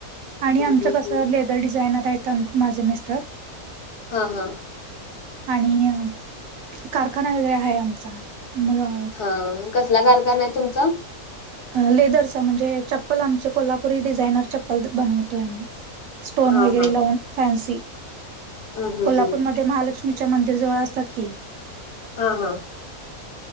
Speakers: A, on the right; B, on the left.
A: आणि
B: हम्म
A: आमचं
B: हम्म
A: कसं‌
B: हम्म
A: ले दर डिझायनर आहेत माझे मिस्टर.
B: हा हा
A: आणि अ कारखाना वगैरे आहे आमचा मुलं‌
B: हा, कसला कारखाना आहे तुमचा?
A: लेदरचा म्हणजे, चप्पल आमचे कोल्हापुरी डिझायनर चप्प पल बनवतोय आम्ही, स्टोन
B: हा
A: वगैरे
B: हा
A: लावून फँसी,
B: हम्म हम्म
A: कोल्हापूरमध
B: हम्म
A: ते महालक्ष्मीच्या मंदिर जवळ असतात की.
B: हा हा